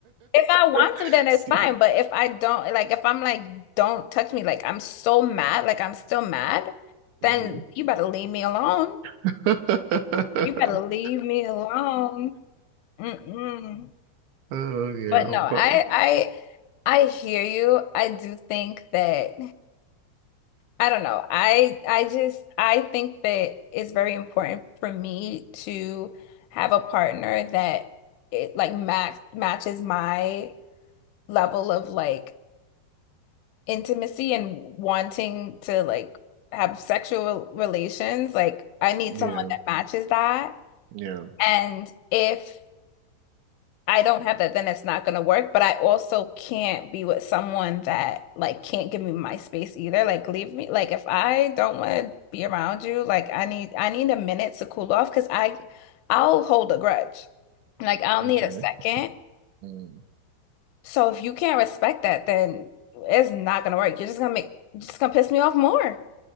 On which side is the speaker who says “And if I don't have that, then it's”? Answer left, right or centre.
Left